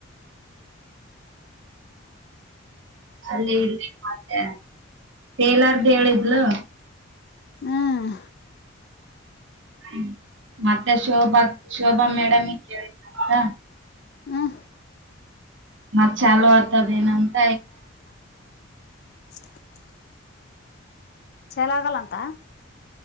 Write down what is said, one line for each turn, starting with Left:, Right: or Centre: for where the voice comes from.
Right: ಅಲ್ಲಿ ಇಲ್ಲಿ ಮತ್ತೆ ಟೇಲರ್ದು ಹೇಳಿದ್ಲು.
Left: ಹ್ಮ್
Right: ಹ್ಮ ಮತ್ತೆ ಶೋಭಾ ಶೋಭಾ ಮೇಡಂಗ ಕೇಳಿದ್ಳು ಅಂತ.
Left: ಹ್ಮ್
Right: ಮತ್ತು ಚಾಲು ಆಗ್ತದ ಏನ್ ಅಂತ.
Left: <inaudible> ಚಲೋ ಆಗಲ್ಲ ಅಂತ.